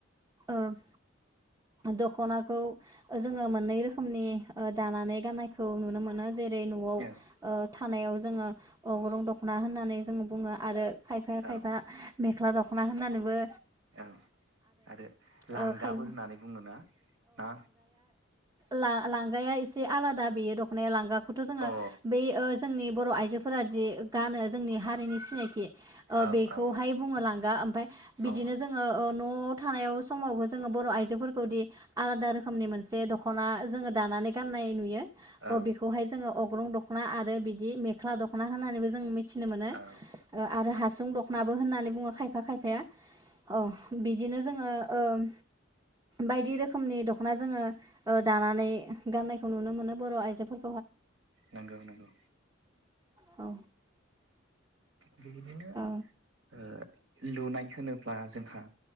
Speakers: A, on the right (about 15°); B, on the right (about 65°).
A: ओ- दख'नाखौ ओ-जोङो मोननै रोखोमनि ओ-दानानै गाननायखौ नुनो मोनो जे रै न'आव
B: औ
A: ओ-थानायाव जोङो अग्रुं दख'ना होननानै जोङो बुङो आरो। खायफाया
B: औ
A: खायफा मेख्ला दख'ना होननानैबो।
B: औ आरो लांगाबो
A: ओ खाय
B: होननानै बुङो ना ना?
A: ला-लांगाया एसे आलादा बेयो दख'नाया लांगाखौथ' जोङो
B: अ औ
A: बे ओ-जोंनि। बर' आइजोफोरा जि गानो जोंनि हारिनि सिनाय थि ओ-
B: औ
A: बेखौहाय
B: अ
A: बुङो लांगा ओमफाय बिदिनो
B: औ
A: जोङो ओ- न' थानायाव समावबो जोङो बर' आइजो। फोरखौदि आलादा रोखोमनि मोनसे दख'ना जोङो दानानै गाननाय नुयो।
B: औ
A: अ बेखौहाय जोङो अग्रं दख'ना आरो बिदि मेख्ला दख'ना होननानैबो जों मिथि नो मोनो
B: औ
A: ओ-आरो हासुं दख'नाबो होननानै बुङो खायफा खायफाया। औ बिदिनो जोङो ओ- बायदि रोखोमनि दख'ना जोङो ओ- दानानै गाननायखौ नुनो मोनो बर' आइजोफोरखौ।
B: नंगौ नंगौ
A: औ
B: बिबायदिनो
A: औ
B: ओ- लुनाय होनोब्ला जोंहा